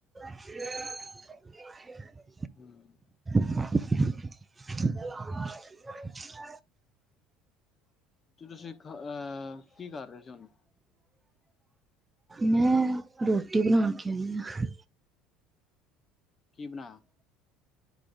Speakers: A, on the right; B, on the left.
A: ਹ <inaudible>
B: ਹਮ।
A: <inaudible> <inaudible>
B: ਤੇ ਤੁਸੀਂ ਅਹ ਕੀ ਕਰ ਰਹੇ ਸੀ ਹੁਣ?
A: ਮੈਂ ਰੋਟੀ ਬਣਾ ਕੇ ਆਈ ਆ।
B: ਕੀ ਬਣਾਇਆ।